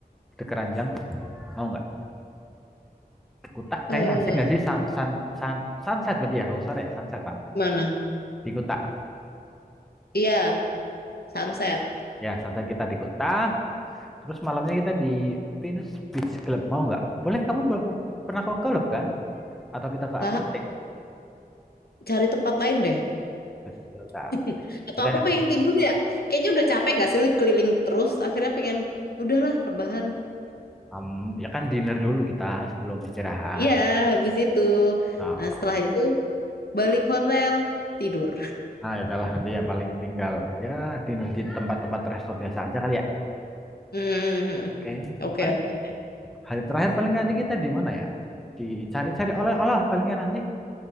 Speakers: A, in the centre; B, on the left.
A: di Keranjang mau nggak? Kuta kayaknya
B: Eh,
A: asik nggak sih Sun- sun- sun- sunset berarti ya kalau sore ya, sunsetan
B: mana?
A: di Kuta.
B: Iya, sunset.
A: Ya sunset kita di Kuta. Terus malamnya kita di Venus Beach Club mau nggak? Boleh kamu pe- mu- pernah ke klub kan? Atau kita ke
B: Kak,
A: Atlantik?
B: cari tempat lain deh.
A: Kuta.
B: <laughs> Atau
A: udah
B: aku
A: ya.
B: pengen tidur ya. Kayaknya udah capek gak sih keliling terus. Akhirnya pengen, udahlah rebahan.
A: Em, ya kan dinner dulu kita sebelum istirahat.
B: Iya, habis itu.
A: Oh.
B: Nah, setelah itu balik hotel, tidur.
A: Nah, ya udahlah nanti ya paling tinggal ya dinner di tempat-tempat resto biasa aja kali ya.
B: Hmm, hmm, hmm.
A: Oke,
B: Oke,
A: paling
B: oke.
A: Hari terakhir paling nanti kita di mana ya? Dicari-cari oleh-oleh palingnya nanti.